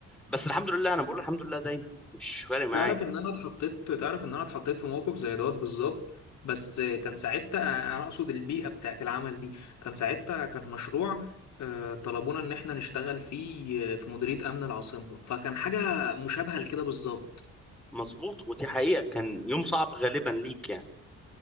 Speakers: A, in the centre; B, on the left.
A: بس الحمد لله انا بقول الحمد لله دايما مش فارق معايا
B: تعرف ان انا اتحطيت تعرف ان انا اتحطيت في موقف زي دوت بالظبط بس كان ساعتها انا اقصد البيئه بتاعت العمل دي كان ساعتها كان مشروع آه، طلبونا ان احنا نشتغل فيه آه، في مديريه امن العاصمه فكان حاجه مشابهه لكده بالظبط
A: مظبوط ودي حقيقة كان يوم صعب غالبا ليك يعني